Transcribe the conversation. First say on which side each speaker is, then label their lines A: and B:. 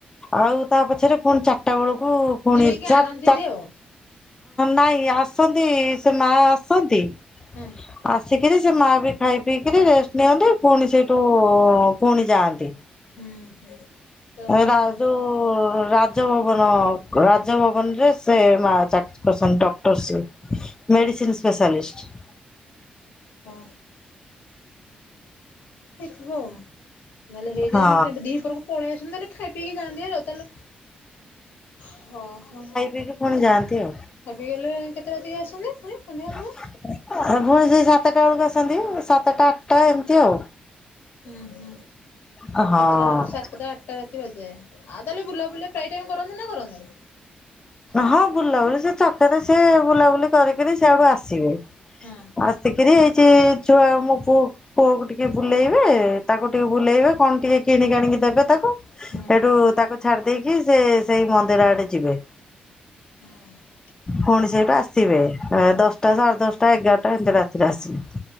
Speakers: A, on the left (about 20°); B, on the left (about 75°).
A: ଆଉ ତା ପଛରେ ପୁଣି ଚାରିଟା ବେଳକୁ ପୁଣି
B: ଯିବେ କି
A: ଚକ୍
B: ଆଣନ୍ତି
A: ଚକ୍
B: ହେରି ଆଉ
A: ନାଇଁ ଆସନ୍ତି ସେ ମା ଆସନ୍ତି ଆସ
B: ହଁ
A: ଆସିକରି ସେ ମା ବି ଖାଇ ପିଇକିରି ରେଷ୍ଟେ ନିଅନ୍ତି ପୁଣି ସେଇଠୁ ପୁଣି ଯାଆନ୍ତି।
B: ହୁଁ ହୁଁ। ତ ଓହୋ
A: ରା ଯୋଉ ରାଜଭବନ ରାଜଭବନ ରେ ସେ ମା ସାର୍ ପ୍ରଶାନ୍ତ ଡକ୍ଟର ସେ ମେଡିସିନ୍ ସ୍ପେଶାଲିଷ୍ଟି।
B: ହୁଁ। ଥିବ ଆଉ ନହେଲେ ହେଇଥିବେ
A: ହଁ
B: ସେ ଦିପରକୁ ପଳେଇ ଆସନ୍ତେ ତାହେଲେ ଖାଇ ପିଇକି ଯାଆନ୍ତି ହାରି ତାହେଲେ ହଁ ହ ଖାଇ
A: ପିଇକି ପୁଣି ଯାଆନ୍ତି ଆଉ।
B: ପିଇକି ଗଲେ କେତେ ରାତିକି ଆସନ୍ତି। ପୁଣି ସନ୍ଧ୍ୟାବେଳକୁ?
A: ଆ ପୁଣି ସେଇ ସାତଟା ବେଳକୁ ଆସନ୍ତି ସାତଟା ଆଠଟା ଏମିତି ଆଉ।
B: ହୁଁ ହୁଁ
A: ହଁ ହଁ
B: ସାତଟା ସାତଟା ଆଠଟା ରାତି ବାଜି ଯାଏ ଆଉ ତାହେଲେ ବୁଲା ବୁଲି ପ୍ରାୟ ଟାଇମ୍ କରନ୍ତି ନା କରନ୍ତିିନି।
A: ହଁ ବୁଲାବୁଲି ସେ ଛକରେ ସେ ବୁଲାବୁଲି କରିକିରି ସିଆଡ଼ୁ ଆସିବ।
B: ହଁ
A: ଆସିକିରି ଏଇଚି ଛୁଆ ମୋ ପୁଅକୁ ପୁଅକୁ ଟିକେ ବୁଲେଇବେ ତାକୁ ଟିକେ ବୁଲେଇବେ କଣ ଟିକେ କିଣିକି ଆଣିକି ଦେବେ ତା କୁ
B: ହୁଁ
A: ସେଠୁ ତାକୁ ଛାଡ଼ି ଦେଇକି ସେ ସେଇ ମନ୍ଦିର ଆଡ଼େ ଯିବେ।
B: ହଁ
A: ପୁଣି ସେଇଟୁ ଆସିବେ ଦଶଟା ସାଢେ ଦଶଟା ଏଗାରଟା ଏମତି ରାତିରେ ଆସିବେ।